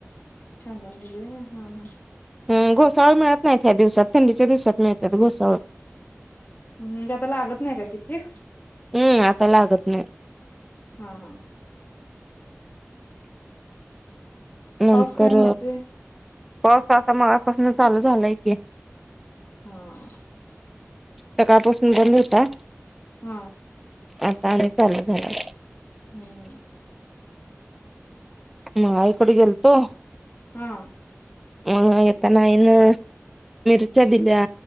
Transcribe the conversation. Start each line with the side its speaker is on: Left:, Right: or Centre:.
Left: कांदा होय भजी हा हा.
Centre: ह घोसाळ मिळत नाहीत ह्या दिवसात थंडीच्या दिवसात मिळतात घोसाळ.
Left: हम् म्हणजे ते आता लागत नाही का पीक
Centre: हम्म आता लागत नाही
Left: हा हा.
Centre: नंतर
Left: पाऊस काय म्हणतोय
Centre: पाऊस आता मगपासन चालू झालाय की.
Left: हा़.
Centre: सकाळ पासून बंद होता.
Left: हा.
Centre: आता आणि चालू झालं.
Left: हम्म.
Centre: म आईकड गेलतो.
Left: हा.
Centre: अ येतानान मिरच्या दिल्या